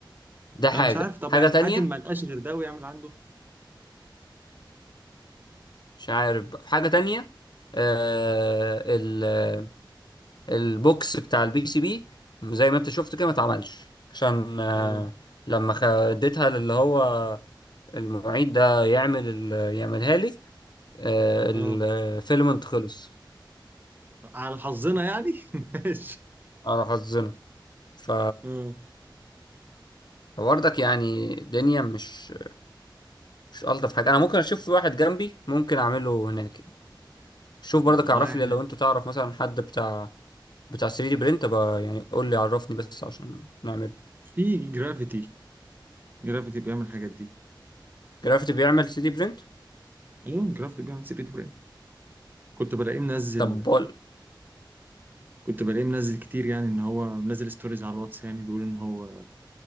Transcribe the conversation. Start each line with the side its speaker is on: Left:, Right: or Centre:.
Left: ده حاجة
Right: انا مش عارف طب
Left: حاجة
Right: يعني
Left: تانية
Right: حاتم ما لقاش غير ده ويعمل عنده
Left: مش عارف بقى في حاجة تانية آه ال- البوكس بتاع البي سي بي زي ما انت شفت كده ما اتعملش عشان آه
Right: اه
Left: لما خ- اديتها للي هو المعيد ده يعمل ال- يعملها لي آه، الفيلم
Right: اه
Left: انت خلص
Right: على حظنا يعني <laughs> ماشي
Left: على حظنا ف
Right: اه
Left: فبرضك يعني الدنيا مش مش الطف حاجه انا ممكن اشوف في واحد جنبي ممكن اعمله هناك شوف
Right: والله
Left: برضك اعرف
Right: احنا
Left: لي لو انت تعرف مثلا حد بتاع بتاع 3 دي برينت بقى يعني قول لي عرفني بس عشان نعمله
Right: في جرافيتي جرافيتي بيعمل الحاجات دي
Left: جرافيتي بيعمل 3 دي برينت
Right: اه جرافيتي بيعمل سيرة براند كنت بلاقيه منزل
Left: طب بقول
Right: كنت بلاقيه منزل كتير يعني ان هو منزل ستوريز على الواتس يعني بيقول ان هو